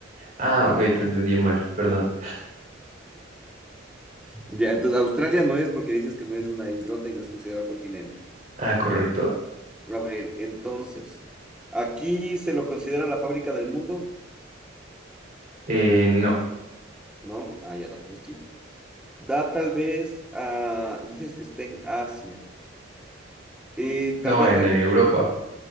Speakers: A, on the right; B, in the centre.
A: Ah,
B: Ya.
A: ok,
B: <laughs>
A: te entendí mal. Perdón.
B: Ya, entonces Australia no es porque dices que no es una islota y no es considerado continente.
A: Ah, correcto.
B: A ver, entonces, aquí se lo considera la fábrica del mundo,
A: Eh, no,
B: ¿no? Ah, ya tampoco es Chile. Da tal vez a, dices que está en Asia, Eh,
A: no,
B: tal vez
A: en
B: da
A: eh,
B: a
A: Europa.
B: Japón,